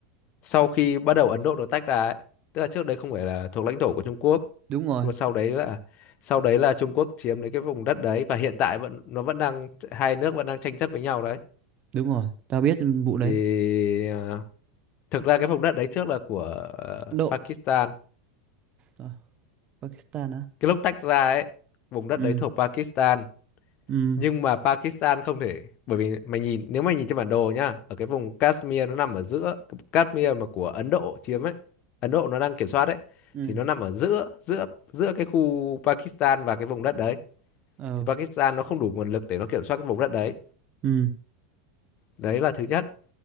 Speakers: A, on the left (about 45°); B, on the right (about 35°).
A: sau khi bắt đầu Ấn Độ được tách ra ấy. Tức là trước đấy không phải là thuộc lãnh thổ của Trung Quốc
B: đúng rồi,
A: nhưng mà sau đấy là sau đấy là Trung Quốc chiếm lấy cái vùng đất đấy và hiện tại vẫn nó vẫn đang hai nước vẫn đang tranh chấp với nhau đấy
B: đúng rồi, tao biết vụ đấy.
A: thì à, thực ra cái vùng đất đấy trước là của ờ,
B: Ấn Độ,
A: Pakistan
B: à, Pakistan á.
A: cái lúc tách ra ấy vùng đất
B: Ừ,
A: đấy thuộc Pakistan
B: ừ,
A: nhưng mà Pakistan không thể bởi vì mày nhìn nếu mày nhìn trên bản đồ nhá ở cái vùng Kashmir nó nằm ở giữa Kashmir mà của Ấn Độ chiếm ấy Ấn Độ nó đang kiểm soát ấy
B: ừ,
A: thì nó nằm ở giữa giữa giữa cái khu Pakistan và cái vùng đất đấy
B: ờ,
A: thì Pakistan nó không đủ nguồn lực để nó kiểm soát cái vùng đất đấy
B: ừ,
A: đấy là thứ nhất